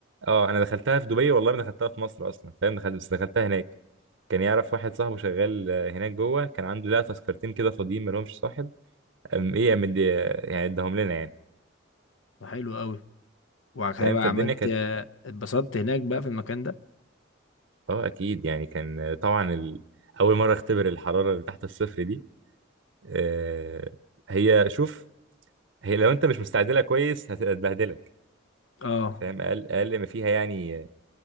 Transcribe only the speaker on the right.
اه انا دخلتها في دبي والله ما دخلتها في مصر اصلا فاهم دخلت بس دخلتها هناك كان يعرف واحد صاحبه شغال آه، هناك جوه كان عنده لا تذكرتين كده فاضيين ما لهمش صاحب أم ايه أم دي- يعني اداهم لنا يعني
فاهم
فالدنيا
كانت
اه اكيد يعني كان طبعا ال... اول مره اختبر الحراره اللي تحت الصفر دي آه هي شوف هي لو انت مش مستعد لها كويس هت- هتبهدلك
فاهم اقل اقل ما فيها يعني